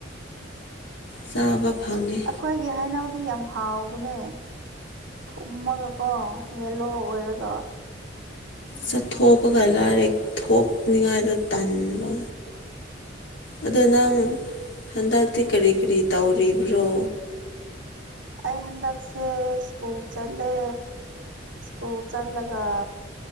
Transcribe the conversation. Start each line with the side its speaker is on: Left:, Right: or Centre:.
Left: ꯆꯥꯕ ꯐꯪꯉꯦ
Right: ꯑꯩꯈꯣꯏꯒꯤ ꯍꯩꯅꯧꯗꯤ ꯌꯥꯝ ꯍꯥꯎꯕꯅꯦ ꯊꯨꯝꯃꯒꯀꯣ ꯌꯦꯜꯂꯣ ꯑꯣꯏꯔꯒ
Left: ꯆꯠꯊꯣꯛꯄꯒ ꯂꯥꯏꯔꯤꯛ ꯊꯣꯛꯅꯤꯉꯥꯏꯗꯣ ꯇꯟꯕ ꯑꯗꯣ ꯅꯪ ꯍꯟꯗꯛꯇꯤ ꯀꯔꯤ ꯀꯔꯤ ꯇꯧꯔꯤꯕ꯭ꯔꯣ
Right: ꯑꯩ ꯍꯟꯗꯛꯁꯦ ꯁ꯭ꯀꯨꯜ ꯆꯠꯂꯦ ꯁ꯭ꯀꯨꯜ ꯆꯜꯂꯒ